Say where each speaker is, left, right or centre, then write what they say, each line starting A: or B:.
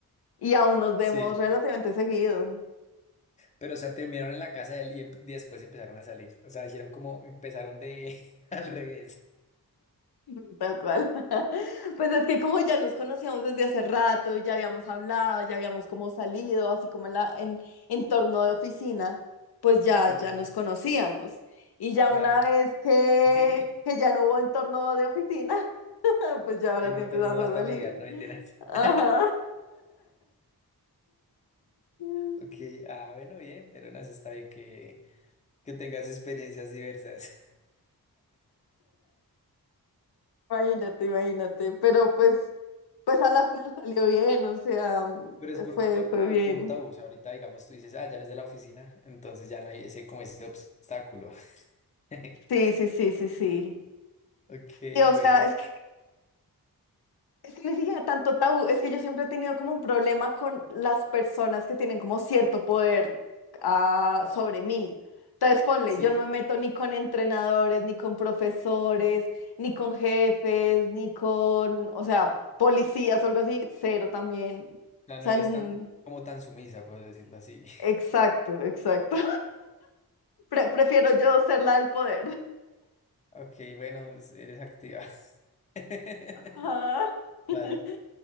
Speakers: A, on the left (about 80°); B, on the left (about 20°).
A: y aún nos vemos
B: Sí,
A: relativamente seguido,
B: pero o sea, terminaron en la casa de él y, em- y después empezaron a salir. O sea, hicieron como, empezaron de <laughs> al revés.
A: <laughs> tal cual. <laughs> Pues es que como ya nos conocíamos desde hace rato, y ya habíamos hablado, ya habíamos como salido, así como en la en entorno de oficina, pues ya
B: Sí,
A: ya
B: sí, sí.
A: nos conocíamos. Y ya
B: claro.
A: una vez que
B: <laughs>
A: que ya no hubo entorno de oficina, <laughs> pues ya ahora
B: Tiene
A: sí empezamos
B: un torno más
A: a salir.
B: familiar, no me mentiras.
A: Ajá.
B: <laughs>
A: <laughs>
B: Ok, ah, bueno, bien, pero no, eso está bien que, que tengas experiencias diversas. <laughs>
A: Imagínate, imagínate, pero pues, pues a la final salió bien, o sea, mm,
B: Pero es por,
A: fue,
B: por,
A: fue
B: como
A: bien.
B: por un tabú, o sea, ahorita digamos tú dices, ah, ya no es de la oficina, entonces ya no hay ese, como ese obstáculo. <laughs>
A: Sí, sí, sí, sí, sí.
B: Ok,
A: Y o sea,
B: bueno,
A: es que, es que ni siquiera tanto tabú, es que yo siempre he tenido como un problema con las personas que tienen como cierto poder ah, sobre mí. Entonces, ponle,
B: sí,
A: yo no me meto ni con entrenadores, ni con profesores, ni con jefes, ni con, o sea, policías o algo así, cero también.
B: ya
A: O
B: no
A: sea,
B: eres
A: n-
B: tan, como tan sumisa, por decirlo así.
A: exacto, exacto. Pre- prefiero yo ser la del poder.
B: <laughs> Ok, bueno, pues, eres activa. <laughs>
A: Ah. <laughs>
B: Vale.